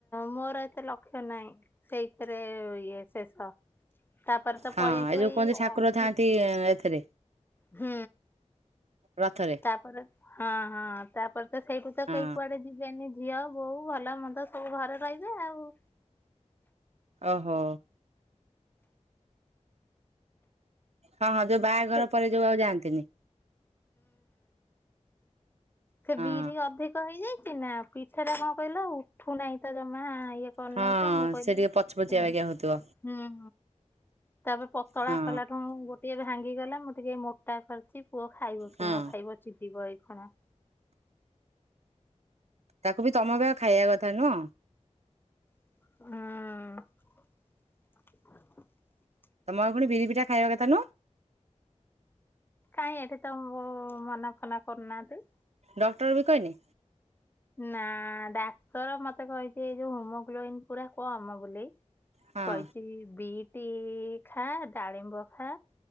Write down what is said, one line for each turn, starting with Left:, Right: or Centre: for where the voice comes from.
Left: ମୋର ଏତେ ଲକ୍ଷ୍ୟ ନାହିଁ ସେଇଥିରେ ଇଏ ଶେଷ। ତାପରେତ
Right: ହଁ
Left: ପଳିଆସିବ
Right: ଯୋଉ
Left: ଏଇ
Right: କୁହନ୍ତି ଠାକୁର
Left: ଅଣତି
Right: ଥାଆନ୍ତି ଏ, ଏଥିରେ
Left: ହୁଁ।
Right: ରଥରେ
Left: ତାପରେ, ହଁ, ହଁ ତାପରେତ ସେଇଠୁତ
Right: ହଁ
Left: କେହି କୁଆଡ଼େ ଯି ଯିବେନି ଝିଅ, ବୋହୁ ଭଲ ମନ୍ଦ ସବୁ ଘରେ ରହିବେ ଆଉ।
Right: ଓହୋ। ହଁ, ହଁ ଯୋଉ ବାହାଘର
Left: ସେ
Right: ପରେ ଯୋଉ ଆଉ ଯାଆନ୍ତିନି।
Left: ସେବିରି
Right: ହଁ
Left: ଅଧିକ ହେଇଯାଇଚିନା ପିଠାଟା କଣକହିଲ ଉଠୁ ନାହିଁତ ଜମା ଇଏ କରିନାହିଁତ
Right: ହଁ
Left: ମୁଁ କହିଲି
Right: ସେ ଟିକେ ପଛ ପଛିଆ
Left: ହୁଁ।
Right: ବାଗିଆ ହଉଥିବ
Left: ତାପରେ ପତଳା
Right: ହଁ
Left: କଲାଠୁ ଗୋ ଟିକେ ଭାଙ୍ଗିଗଲା ମୁଟିକେ ମୋଟା କରିଚି ପୁଅ ଖାଇବକି
Right: ହଁ
Left: ନଖାଇବ ଚିଡିବ ଏଇକଣ।
Right: ତାକୁ ବି ତମର ଖାଇବା କଥା ନୁହଁ।
Left: ହୁଁ।
Right: ତମର ପୁଣି ବିରିି ପିଠା ଖାଇବା କଥା ନୁହଁ।
Left: କାଇଁ ଏଠି ତ ମୁ-ମନା ଫନା କରୁନାହାନ୍ତି।
Right: ଡକ୍ଟର୍ ବି କହିନି?
Left: ନା ଡାକ୍ତର ମତେ କହିଚି ଏଇ ଯଉ ହିମୋଗ୍ଲୋବିନି ପୁରା କମ୍ ବୋଲି
Right: ହଁ
Left: କହିଚି ବିଇଟି ଖା ଡାଳିମ୍ବ ଖା